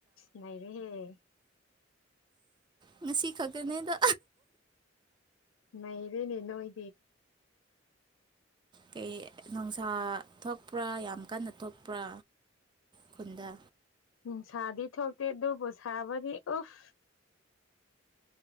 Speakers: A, on the left; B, on the right.
A: ꯉꯔꯦꯍꯦ
B: ꯉꯁꯤ ꯈꯛꯇꯅꯦꯗ
A: ꯅ ꯏꯦꯅꯦ ꯅꯣ ꯏ
B: ꯀꯩ ꯅꯨꯡꯁꯥ ꯊꯣꯛꯄ꯭ꯔꯥ ꯌꯥꯝ ꯀꯟꯅ ꯊꯣꯛꯄ꯭ꯔꯥ ꯈꯨꯟꯗ
A: ꯅꯨꯡꯁꯥꯗꯤ ꯊꯣꯛꯇꯦ ꯑꯗꯨꯕꯨ ꯁꯥꯕꯗꯤ ꯎꯐ